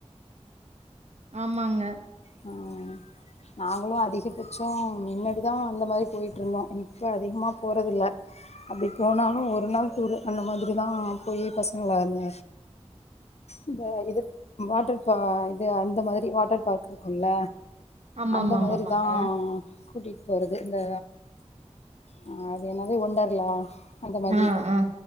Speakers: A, on the right; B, on the left.
A: ஆமாங்க
B: ஆ நாங்களு அதிகபட்சொ மின்னடி தா அந்த மாரி போயிட்டுருந்தோ இப்போ அதிகமாக போறதில்ல அப்டி போனாலு ஒரு நாள் டூரு அந்த மாதிரிதான் போய் பசங்களந்த இந்த இது வாட்டர் பா இது அந்த மாரி வாட்டர் பார்க் இருக்குல்ல
A: ஆமா
B: அந்த
A: ஆமா ஆமா
B: மாதிரி
A: ஆமாங்க
B: தான் கூட்டிட் போறது இந்த ஆ அது என்னது ஒண்டர்லா அந்த மாதிரி
A: ஆ ஆ